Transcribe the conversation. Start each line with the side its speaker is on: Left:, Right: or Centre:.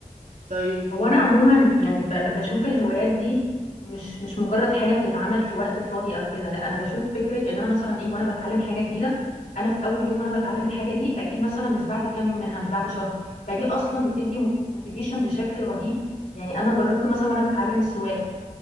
Right: طيب
Left: هو
Right: ومثلا
Left: أنا عموما يعني ب-
Right: مم.
Left: بشوف الهوايات دي مش مش مجرد حاجة بتتعمل في وقت فاضي أو كده لا أنا بشوف فكرة إن أنا مثلا إيه وأنا بتعلم حاجة جديدة أنا في أول يوم وأنا بتعلم الحاجة دي أكيد مثلا مش بعد كام يوم منها مش بعد شهر فدي أصلا بتدي موتيفيشن بشكل رهيب يعني أنا جربته مثلا وأنا بتعلم السواقة